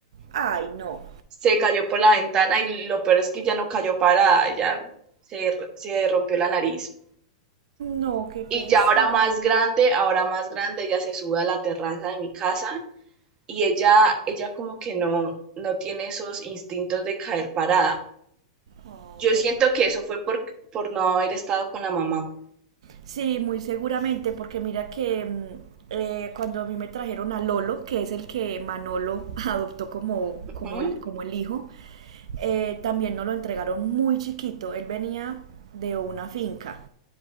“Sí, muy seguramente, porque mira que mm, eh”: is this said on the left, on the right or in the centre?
Right